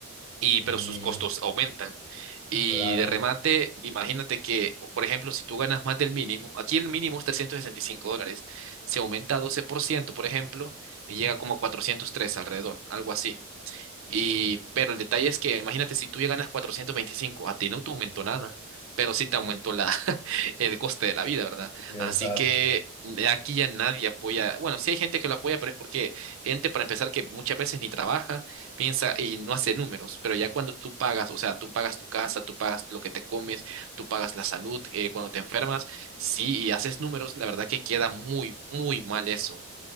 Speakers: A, on the right; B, on the left.
A: Y,
B: Y
A: pero sus costos aumentan. Y
B: claro,
A: de remate, imagínate que, o por ejemplo, si tú ganas más del mínimo, aquí el mínimo es 365 dólares, se aumenta a 12%, por ciento, por ejemplo, y llega como a 403 alrededor, algo así. Y, pero el detalle es que, imagínate, si tú ya ganas 425, a ti no te aumentó nada, pero sí te aumentó la, <laughs> el coste de la vida, ¿verdad?
B: exacto,
A: Así que eh, aquí ya nadie apoya, bueno, sí hay gente que lo apoya, pero es porque gente, para empezar, que muchas veces ni trabaja, piensa y no hace números, pero ya cuando tú pagas, o sea, tú pagas tu casa, tú pagas lo que te comes, tú pagas la salud, eh, cuando te enfermas, sí, y haces números, la verdad que queda muy, muy mal eso.